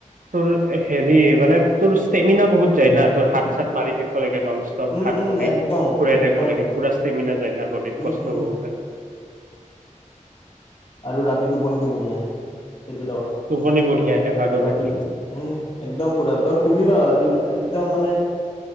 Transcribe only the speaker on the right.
তোৰ, হেৰি মানে তোৰ ষ্টেমিনা বহুত যায় ন, তোৰ হাত-চাত মাৰি থাক <unintelligible> নন ষ্টপ
হাত
ভৰি
ঘূৰাই
থাকিব লাগে।
পোৰা ষ্টেমিনা যায় না ব'ডিত,
কষ্ট
বহুত হয়। <inaudible>
টোপনি বঢ়িয়া আহে ভাগৰ
লাগি